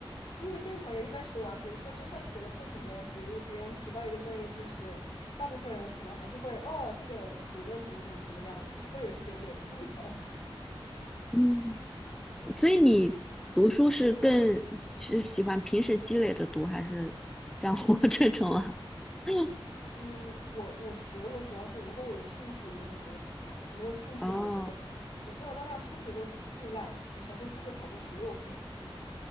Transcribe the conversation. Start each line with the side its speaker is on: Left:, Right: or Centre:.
Left: 因为正常人一般学完，比如说就算学了过几年，比如别人提到一个专业知识，大部分人可能还是会哦，这个理论怎么怎么怎么样，就是会有一点点印象。
Centre: 嗯，所以你读书是更是喜欢平时积累着读，还是像我这种啊？<laughs>
Left: 嗯，我我学我主要是如果我有兴趣，我就会学得很好；没有兴趣的我真的，
Centre: 哦。
Left: 我从小到大数学都巨烂，我小时候数学考过十六分，